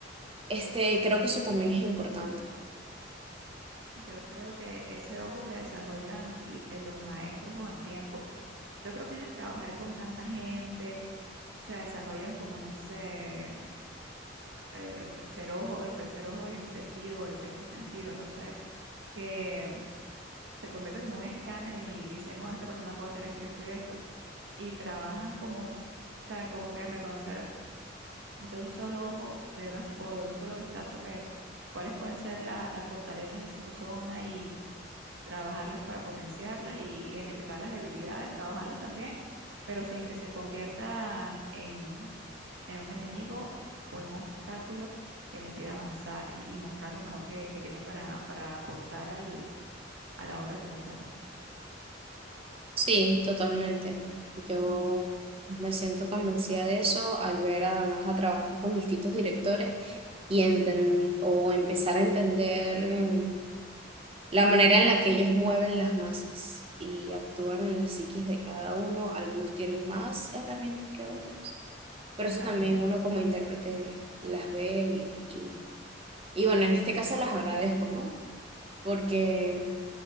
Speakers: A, on the right (about 30°); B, on the right (about 80°).
A: Este, creo que eso también es importante.
B: Yo creo que ese ojo que desarrollan l- eh, los maestros con el tiempo, yo creo que es de trabajar con tanta gente, se desarrollan como, no sé, eh, el tercer ojo, el tercer ojo en ese sentido, o el sexto sentido, no sé, que se convierte como un escáner y dicen, bueno, esta persona puede hacer esto y esto y esto, y trabajan como, o sea, como que en reconocer de un solo ojo, de una, s- o de un solo vistazo que cuáles pueden ser la- las fortalezas de esa persona y trabajarlas para potenciarlas y identificar las debilidades, trabajarlas también, pero sin que se conviertan en, en un enemigo o en un obstáculo que le impida avanzar y, y mostrar lo mejor que, que tiene para, para aportar al, a la obra como tal.
A: Sí, totalmente. Yo me siento convencida de eso al ver además a trabajar con distintos directores y enten- o empezar a entender eh, La manera en la que ellos mueven las masas y actúan en las psiquis de cada uno, algunos tienen más herramientas que otros, pero eso
B: También.
A: también uno como intérprete las ve y, y, y bueno, en este caso las agradezco, ¿no? Porque